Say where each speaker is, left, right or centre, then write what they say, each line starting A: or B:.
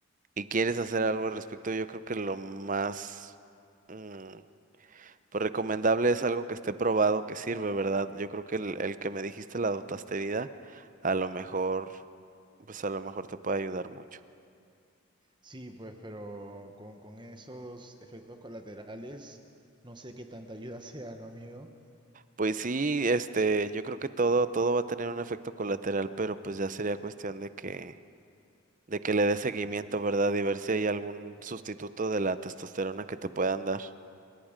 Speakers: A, on the right (about 35°); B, on the right (about 20°).
A: y quieres hacer algo al respecto, yo creo que lo más mm, pues recomendable es algo que esté probado, que sirve, ¿verdad? Yo creo que el, el que me dijiste, la dotasterida, a lo mejor, pues a lo mejor te puede ayudar mucho.
B: Sí, pues, pero con, con esos efectos colaterales, no sé qué tanta ayuda <laughs> sea, ¿no, amigo?
A: Pues sí, este, yo creo que todo, todo va a tener un efecto colateral,
B: Mm.
A: pero pues ya sería cuestión de que de que le dé seguimiento, ¿verdad? Y ver si hay algún sustituto de la testosterona que te puedan dar.